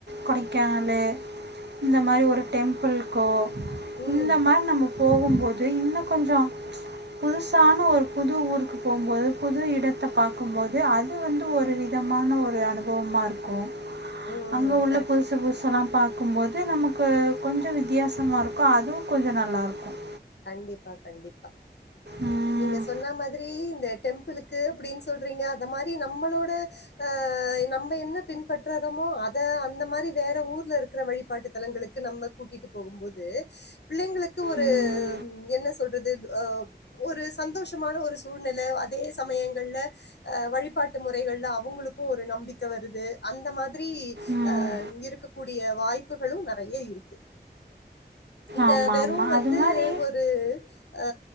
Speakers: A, on the right; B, on the left.
A: கொடைக்கானல் இந்த மாதிரி ஒரு டெம்ம்புள் கோ
B: உம்
A: இந்த மாரி நம்ம போகும்போது இன்னும் கொஞ்சம் புதுசான ஒரு புது ஊர் க்கு போவும்போது புது இடத்த பாக்கும்போது அது வந்து ஒரு விதமான ஒரு அனுபவமாருக்கும்
B: உம்
A: அங்க உள்ள
B: கரெக்ட்
A: புதுசு புதுசுலாம் பாக்கும்போது நமக்கு கொஞ்சம் வித்தியாசமா இருக்கும் அதுவும் கொஞ்சம் நல்லா இருக்கும்
B: கண்டிப்பா கண்டிப்பா
A: ம்
B: நீங்க சொன்ன மாதிரி இந்த டெம்பிளுக்கு அப்படின்னு சொல்றீங்க அந்த மாதிரி நம்மளோட ஆஹ நம்ம என்ன பின்பற்றறோமோ அதை அந்த மாதிரி வேற ஊர்ல இருக்கிற வழிபாட்டு தலங்களுக்கு நம்ம கூட்டிட்டு போகும்போது பிள்ளைங்களுக்கு ஒரு
A: ம்
B: உ என்ன சொல்றது அஹ் ஒரு சந்தோஷமான ஒரு சூழ்நிலை அதே சமயங்கள்ல அஹ் வழிபாட்டு முறைகள்ல அவங்களுக்கும் ஒரு நம்பிக்கை வருது அந்த மாதிரி
A: ம்
B: அஹ் இருக்கக்கூடிய வாய்ப்புகளும் நிறைய இருக்கு இத
A: ஆமாம்
B: வெறும்
A: ஆமாம்
B: வந்து
A: அது மாதிரி
B: ஒரு அ